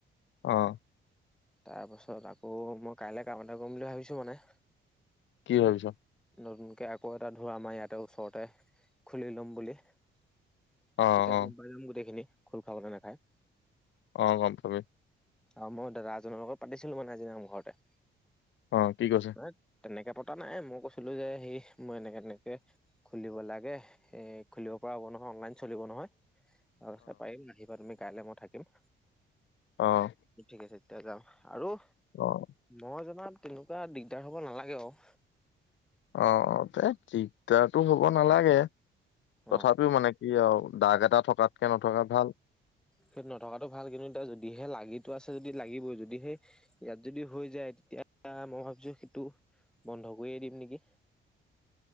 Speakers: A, on the left (about 70°); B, in the centre.
A: অ'
B: তাৰপাছত আকৌ মই কাইলৈ কাম এটা কৰিম বুলি ভাবিছোঁ মানে-
A: কি ভাবিছ।
B: নতুনকে আকৌ' এটা ধোৰা আমাৰ ইয়াতে ওচৰতে খুলি লম বুলি। তেতিয়া
A: অ', অ',
B: গম পাই যাম গোটেইখিনি খোল খাব নে নাখায়।
A: অ গম পাবি।
B: অ' মই দাদা এজনৰ লগত পাতিছিলোঁ মানে আজি নামঘৰতে।
A: অ' কি কৈছে।
B: নহয় তেনেকে পতা নাই মই কৈছিলোঁ যে, সেই মই এনেকে তেনেকে। খুলিব লাগে এ খুলিব পৰা হ'ব নহয় অনলাইন চলিব নহয়। অ' কৈছে পাৰিম আহিবা তুমি কাইলে মই থাকিম।
A: অ'
B: ঠিক আছে এতিয়া যাম। আৰু-
A: অ'-
B: মই জনাত তেনেকুৱা দিগদাৰ হব নালাগে আৰু।
A: অ' অ' দে ঠিকে- এতিয়াতো হ'ব নালাগে
B: অ
A: তথাপিও মানে কি আৰু দাগ এটা থকাতকে নথকা ভাল।
B: সেই নথকাতটো ভাল কিন্তু এতিয়া যদিহে লাগিটো আছে যদি লাগিবই যদি হে ইয়াত যদি হৈ যায় তেতিয়া মই ভাবিছোঁ সেইটো বন্ধ কৰিয়ে দিম নেকি।